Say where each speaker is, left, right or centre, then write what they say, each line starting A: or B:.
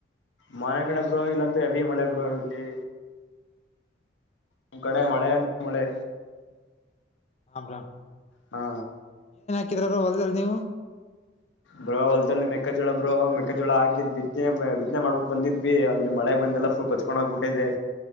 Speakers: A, on the left; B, on the left.
A: ಮನೆ ಕಡೆ ಬ್ರೋ ಇಲ್ಲಂತೂ ಹೆವಿ ಮಳೆ ಬ್ರೋ ಇಲ್ಲಿ ನಿ್ ಕಡೆ ಮಳೆ ಅಂದ್ರ ಮಳೆ
B: ಹ್ರಾ
A: ಹಾ
B: ಕಿದ್ರ ಹೊರ್ದಲ್ ನೀವು
A: ಬ್ರೋ ಹೊಲ್ಲ್ಲಿ ಮೆಕ್ಕಜೋಳ ಬ್ರೋ ಮೆಕ್ಕಜೋಳ ಹಾಕ್ ಬಿನೆ ಬಿತ್ನೆ ಮಾಡ್ಬಿಟ್ಟು ಬಂದ್ವಿ ಅಲ್ಲಿ ಮಳೆ ಬಂದಲ್ಲ ಕಚ್ಕೊಂಡ್ ಹೋಗ್ಬಿಟ್ಟದೆ